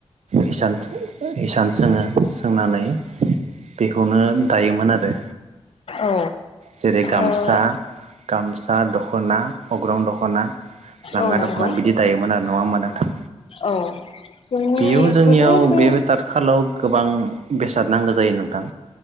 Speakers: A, on the right; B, on the left.
A: हिसान सोङो सोंनानै बेखौनो दायोमोन आरो
B: औ
A: जेरै गामसा
B: ओ
A: गामसा दखना अग्रं दखना, लांगा
B: औ नंगौ
A: दखना बिदि दायोमोन आरो नङा होमा नोंथां
B: औ जोंनि
A: बेयाव जोंनियाव
B: गोदो गो
A: बे दाथखाालाव। गोबां बेसाद नांगौ जायो नोंथां।